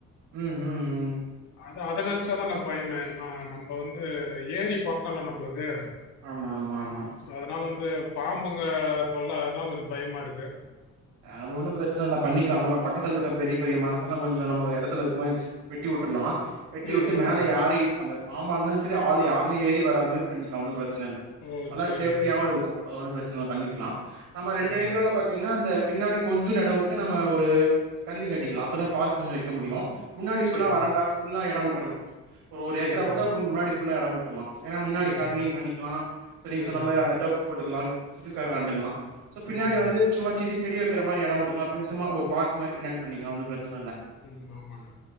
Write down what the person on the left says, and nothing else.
அது அத நெனச்சா தானா பயமே நா நம்ப வந்து ஏரி பக்கல்ல நம்பளுக்கு
சோ அதனால வந்து பாம்புங்க தொல்ல அதுதா கொஞ்சோ பயமா இருக்கு
ம்,
ம்,
ம்.
ஓ!
சரிங்கண்ணா,
சரிங்க.
சரிங்கண்ணா,
சரிங்கண்ணா.
ம், ம்.
ம்.
ம். ம்.
ம்.
ம் ஆமாண்ணே